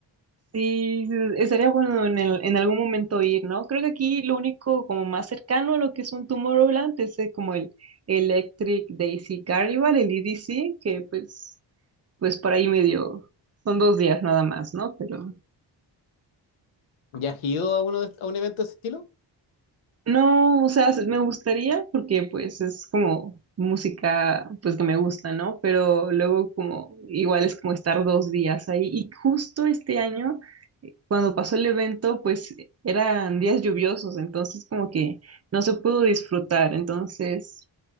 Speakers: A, on the right; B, on the left.
A: Sí, sí, estaría bueno en el- en algún momento ir, ¿no? Creo que aquí lo único como más cercano a lo que es un Tomorrowland es eh, como el Electric Daisy Carnival, el EDC, que pues, pues por ahí medio, son dos días nada más, ¿no? Pero,
B: ¿Ya has ido a, uno de- a un evento de ese estilo?
A: No, o sea, s- me gustaría porque pues es como música pues que me gusta, ¿no? Pero luego como igual es como estar dos días ahí. Y justo este año, eh, cuando pasó el evento, pues eran días lluviosos, entonces como que no se pudo disfrutar. Entonces,